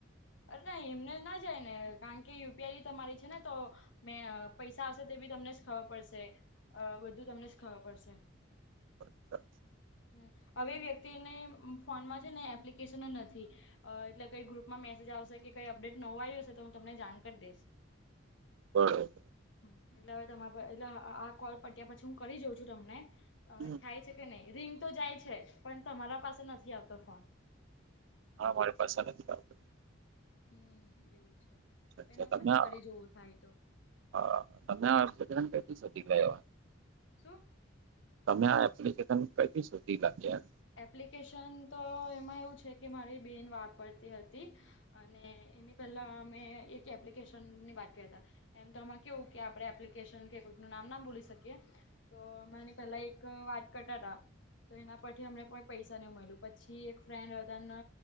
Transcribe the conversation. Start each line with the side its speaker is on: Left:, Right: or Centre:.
Left: અરે ના એમને ના જાય ને કારણ કે યુપીઆઈ તમારી છેને, તો મે પૈસા આવશે તે બી તમને જ ખબર પડશે અ બધુ તમને જ ખબર પડશે
Right: અચ્છા અચ્છા
Left: હ હવે વ્યક્તિને ફોનમાં છે ને એપ્લિકેશન નથી. અ એટલે કઈ ગ્રુપમાં મેસેજ આવશે કે કઈ અપડેટ નવો આવી હશે તો હું તમને જાણ કરી દઈશ
Right: બરાબ
Left: હ એટલે હવે તમા એટલે આ કોલ પત્યા પછી હું કરી જાઉં છુ, તમને હવે
Right: હમ.
Left: થાય છે. કે નહી રિંગ તો જાય છે, પણ તમારા પાસે નથી આવતો ફોન
Right: હા મારી પાસે નથી આવત
Left: હમ એવું છે.
Right: અ્ અચ્છા
Left: એને
Right: તમેને
Left: હું પછી કરી જોવું થાય તો
Right: હા તમને પ્ર દીક એવા
Left: છુ.
Right: તમે આ એપ્લિકેશન કથી શોધી લાગીમ
Left: એપ્લિકેશન તો એમાં એવું છે કે મારી બેન વાપરતી હતી. અને એની પહેલાં મેં એક એપ્લિકેશનની વાત કરતા એમ તો આમાં કેવું કે આપડે એપ્લિકેશન કે કોઈક ન નામ ના ભૂલી શકીએ તો મેને પેલા એક વાત કટા હતા તો એના પ થી અમને કોઈ પૈસા નહી, મળ્યું પછી એક ફ્રેન્ડ હતાને